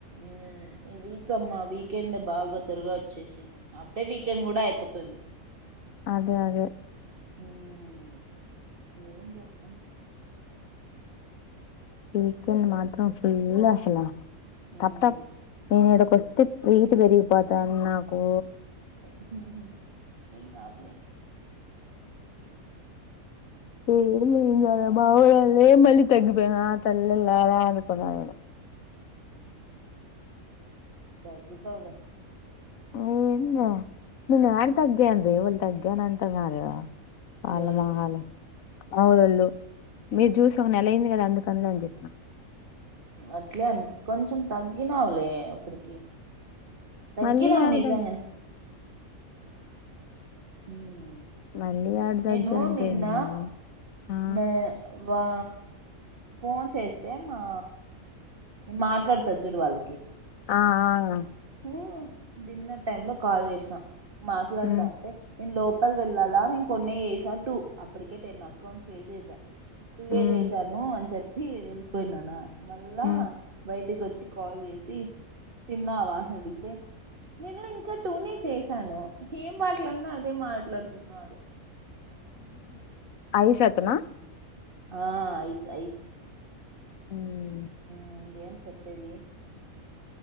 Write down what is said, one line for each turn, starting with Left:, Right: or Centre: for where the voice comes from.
Right: ఉమ్ ఈ వీకమ్మా వీకెండ్ బాగా త్వరగా వచ్చేసింది అప్పుడే వీకెండ్ కూడా అయిపోతుంది
Left: అదే అదే
Right: ఉమ్ ఏం చేస్తం
Left: వీకెండ్ మాత్రం ఫుల్ అసల
Right: ఉమ్
Left: టప్ టప్ నేను ఎడక్ పస్తి హీటు పెరిగిపోతాంది నాకు
Right: ఉహూ ఏం కాదులే
Left: ఉమ్ మ్ ఇంగ బావాగారిదే మళ్ళి తగ్గిపోయా తల్లుల్లారా అనుకున్న నేను
Right: తగ్గుతవ్ లే
Left: <unintelligible> నేన్ ఎడా తగ్గన్వే ఎవళ్ తగ్గానంటున్నారు అల్లా
Right: ఎవరు
Left: మోహాల్లు మాఊరోళ్ళు మీరు
Right: ఉమ్
Left: జూసి ఒక నెల అయింది కదా అందుకని నేన్ చెప్పిన
Right: అట్లే అ కొంచెం తగ్గినవులే అప్పటికి తగ్గినవ్
Left: మళ్ళీ యాడ
Right: నిజంగన్
Left: తగ్
Right: ఉమ్
Left: మళ్ళీ యాడ
Right: నేను
Left: తగ్గాను
Right: నిన్న
Left: రే నేను ఆ
Right: నా వా ఫోన్ చేస్తే మా మాట్లాడతద్ చూడు వాళ్ళకి
Left: ఆ ఆ
Right: తే డిన్నర్ టైమ్ లో కాల్ చేసినా మాట్లాడ్తాంటే
Left: మ్
Right: నేన్ లో ప్పల్ వెళ్ళలా నేను కొన్ని సట్టూ అప్పటికే టెన్ అకౌంట్స్ వేసేసా టూ ఎ
Left: మ్
Right: చేశాను అని చెప్ ఇ వెళ్ళిపోయినానా మళ్ళా
Left: మ్
Right: బయటికొ చ్చి కాల్ చేసి తిన్నావా అడిగితే నేను ఇంకా టూనే చేశాను ఏం మాట్లాడిన అదే మాట్లాడుతున్నాడు
Left: ఐసత్నా
Right: ఆ ఐస్ ఐస్
Left: ఉమ్
Right: మ్మ్ ఏం చెప్పేది